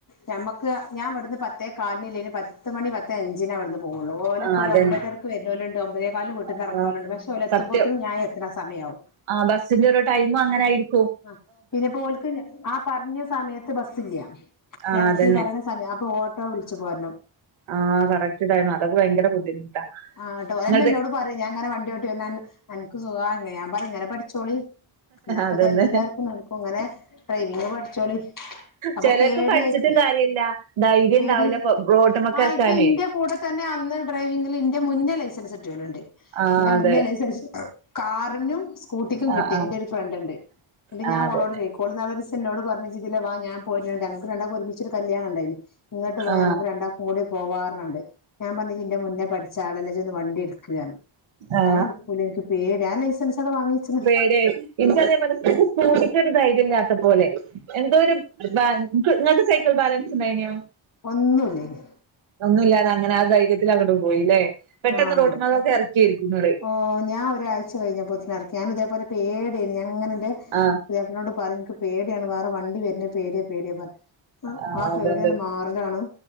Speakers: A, on the left (about 45°); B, on the right (about 85°).
A: ഞമ്മക്ക് ഞാൻ വെട്ന്ന് പത്തേ കാലിന്ല്ലെന് പത്ത് മണി പത്തേ അഞ്ചിന വെട്ന്ന് പോവുള്ളൂ ഓലൊക്കെ
B: ആ
A: ഒരു
B: അതന്നെ
A: ഒമ്പതര ക്ക് വരുന്നോല്ണ്ട് ഒമ്പതെക്കാലിന് വീട്ടിന്നെർങ്‌ണോല്ണ്ട്
B: ആ
A: പക്ഷെ ഓല് എത്ത്മ്പോത്തിനും
B: സത്യം
A: ഞാ എത്ണ സമയാവും സ
B: ആ ബസിന്റെ ഒരു ടൈമ് അങ്ങനെ ആയിരിക്
A: ആ പിന്നെപ്പോ ഓൽക്ക് ആ പറഞ്ഞ സമയത്ത് ബസ്സില്ല.
B: ആ
A: ഞങ്ങക്
B: അതന്നെ
A: ഈ പറയുന്ന സമയം അപ്പൊ ഓട്ടോ വിളിച്ചു പോരണം
B: ആഹ് കറക്റ്റ് ടൈമ് അതൊക്കെ ഭയങ്കര ബുദ്ധിമുട്ടാ
A: ആട്ടോ ഓലെന്നെ
B: ങ്ങ
A: എന്നോട് പറയും ഞാ ഇങ്ങനെ വണ്ടി ഓട്ടി വര്ന്നെ അൻക്ക് സുഖാ ഞാൻ പറയും ഇങ്ങനെ പഠിച്ചോളി ന്നപ്പൊ
B: അതന്നെ
A: ഇത് എല്ലാർക്കും നടക്കും ഇങ്ങനെ ഡ്രൈവിങ് പഠിച്ചോളി അപ്പൊ
B: ചെലർക്ക്
A: പേടിയായിട്ട്
B: പഠിച്ചിട്ടും കാര്യല്ല ധൈര്യം
A: പേടി
B: ഇണ്ടാവില്ല പൊ റോട്ട്മക്ക്‌
A: ആ
B: എറക്കാനെ
A: ഇപ്പൊ ഇന്റെ കൂടെ തന്നെ അന്ന് ഡ്രൈവിങ്ങില് ഇന്റെ മുന്നേ ലൈസൻസ് കിട്ട്യോ ലുണ്ട്
B: ആ
A: ഇന്റെ
B: അതെ
A: മുന്നേ ലൈസൻസ് കാറിനും സ്കൂട്ടിക്കും
B: ആ
A: കിട്ട്യ
B: ആ
A: ന്റെ ഒരു ഫ്രണ്ട്ണ്ട് ന്ന്ട്ട്
B: ആ
A: ഞാൻ
B: അതെന്നെ
A: ഓളോട് ചോയി ഓള് ന്നാളൊരീസം ന്നോട് പറഞ്ഞ് ജി തിലെ വാ ഞാൻ പോര്ന്ണ്ട് ഞൾക്ക് രണ്ടാക്കും ഒരുമിച് ഒരു കല്യാണം ഇണ്ടായിന് ഇങ്ങട്ട് വാ
B: ആ
A: ഞമക്ക് രണ്ടാക്കും കൂടി പോവാ പർഞാണ്ട് ഞാൻ പറഞ് യി ന്റെ മുന്നേ പട് ച്ച ആളല്ലെ ജി ഒന്ന് വണ്ടി എട്ക്ക്‌ ർഞ്
B: ആ
A: ഞാൻ എടുക്കൂല ഇൻക്ക് പേടി ഞാൻ ലൈസൻസൊക്കെ വാങ്ങി വെച്ചിണ്‌
B: <unintelligible> ഇൻക്കി അതേപോലെ സ്‌കു സ്‌കൂ ട്ടിക്കൊരു ധൈര്യ ഇല്ലാത്ത പോലെ എന്തോരു ബാ ക്ക്‌ ങ്ങക്ക് സൈക്കിൾ ബാലൻസ് ഇണ്ടായ്നീ
A: ഒന്നുല്ലേനി
B: ഒന്നുല്ലാതെ അങ്ങനെ ആ ധൈര്യത്തിൽ അങ്ങോട്ട് പോയില്ലേ പെട്ടെന്ന്
A: ആഹ്
B: റോട്ട് മകൊക്കെ എറക്കിയെര്ക്കു ങ്ങള്
A: ഓ ഞാൻ ഒരാഴ്ച കഴിഞ്ഞപോത്തിനും എറക്കി ഞാൻ ഇതേപോലെ പേടി ഏര്ന്ന് ഞാൻ ഇങ്ങനെ ന്റെ
B: ആഹ്
A: പിയപ്പൾനോട് പറയും ൻക്ക് പേടിയാണ് വേറെ വണ്ടി വര്ണെ പേടിയാ പേടിയാ പർ പ്പം
B: ആഹ്
A: ആ
B: അതുകൊണ്ട്
A: പേടിയാണ്ട് മാറെലാണ്